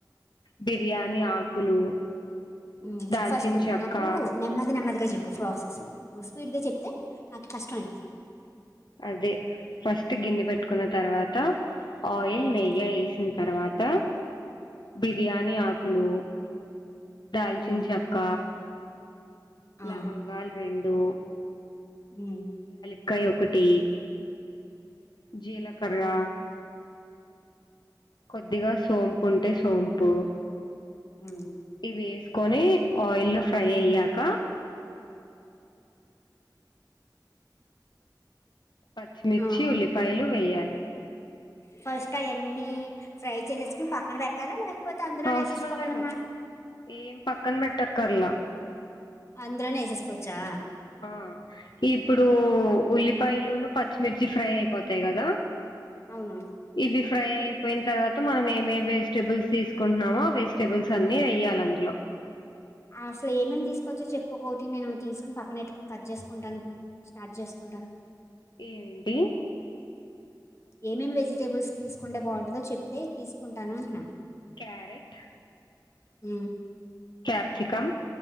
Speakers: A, on the left; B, on the left.
A: బిర్యానీ ఆకులు
B: ఊ
A: దాల్చిన
B: ఫస్ట్ ఉండు
A: చెక్క
B: నాకు నెమ్మది నెమ్మదిగా జె ఫ్రాసెస్ నువ్వు స్పీడ్ గా చెప్తే నాకు కష్టం అయిపోద్ది
A: అదే ఫస్ట్ గిన్నె పెట్టుకున్న తర్వాత ఆయిల్
B: ఉమ్,
A: నెయ్య ఏసిన్ తర్వాత బిర్యానీ ఆకులు దాల్చిన్
B: ఉమ్,
A: చెక్క
B: ఆ,
A: లవంగాల్ రెండు
B: హ
A: అ కాై ఒకటి జీలకర్ర కొద్దిగా సోంపు ఉంటే సోంపు
B: ఉమ్.
A: వేసుకొని ఆయిల్లో ఫ్రై అయ్యాక పచ్చిమిర్చి
B: ఆ
A: ఉల్లిపాయలు వేయాలి
B: ఫస్ట్ ఎన్ని ఫ్రై చేసేసుకుని పక్కన పెట్టాలా నాకు పోతే అందులోనే
A: అవసరం
B: వేసేసుకోవాలమ్మా
A: లేదు ఏం పక్కన పెట్టక్కర్లా
B: అంద్రనే ఎేసస్కోొచ్చా
A: ఆ ఇప్పుడు ఉల్లిపాయలున పచ్చిమిర్చి ఫ్రై అయిపోతాయి కదా
B: అవును
A: ఇవి ఫ్రై అయిపోయిన తర్వాత మనం ఏమేమి వెజిటేబుల్స్ తీసుకుంటున్నామో ఆ వెజిటబుల్స్ అన్నిీ వేయాలి అందులో అ
B: అసలు ఏమేమి తీసుకోవచ్చో చెప్ప ఒక్కటి నేను తీసుకుని పక్కన పెట్టుకుని కట్ చేసుకుంటాను ఇప్పుడు స్టార్ట్ చేసుకుంటాను
A: ఏమంటి
B: ఏమేం వెజిటేబుల్స్ తీసుకుంటే బాగుంటందో చెప్తే తీసుకుంటాను అంటున్నా
A: క్యారెట్
B: హ
A: క్యాప్సికం